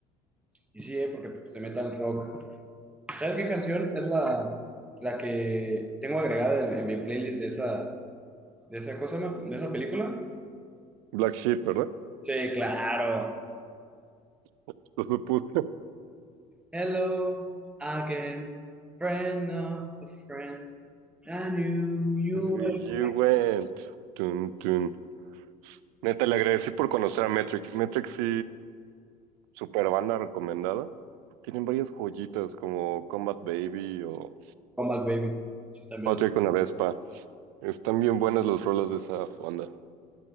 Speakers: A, in the centre; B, on the right.
A: Y sí, ¿eh? porque pues, te metan rock. ¿Sabes qué canción es la, la que tengo agregada en, en mi playlist de esa, de esa cosa, ¿no? de esa película?
B: Black Sheep, ¿verdad?
A: Sí, claro.
B: <laughs> Entonces puse
A: Hello again, friend of a friend. I knew you
B: You
A: were.
B: went. Tun, tun. Neta, le agradecí por conocer a Metric. Metric sí, super banda recomendada. Tienen varias joyitas como Combat Baby o
A: Comeback Baby. Sí, también
B: Patrick
A: lo tengo.
B: con la Vespa. Están bien buenas las rolas de esa banda.